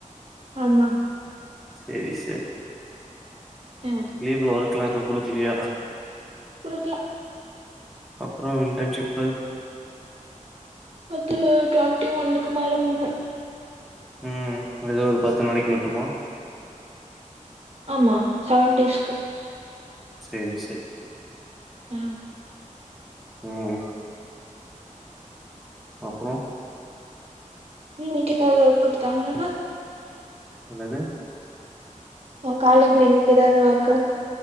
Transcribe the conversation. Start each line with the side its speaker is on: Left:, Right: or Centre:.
Right: ஆமா
Centre: சரி சரி
Right: ஆ
Centre: லீவ்ல ஒர்க்லா எதும் குடுக்கலையா
Right: குடுக்கல
Centre: அப்புறம் இன்டர்ன்ஷிப்பு
Right: பத்து டுவெண்ட்டி ஒன்னுக்கு மேல போனும்
Centre: ம் ஏதோ ஒரு பத்து நாளைக்கு மட்டுமா
Right: ஆமா செவன் டேஸ்க்கு
Centre: செரி செரி
Right: ம்
Centre: ம் அப்புறோ
Right: உம் வீட்டு <unintelligible> எதாவது குடுத்தாங்களா
Centre: என்னது
Right: உ காலேஜ்ல இன்னைக்கி ஏதாவது ஒர்க்கு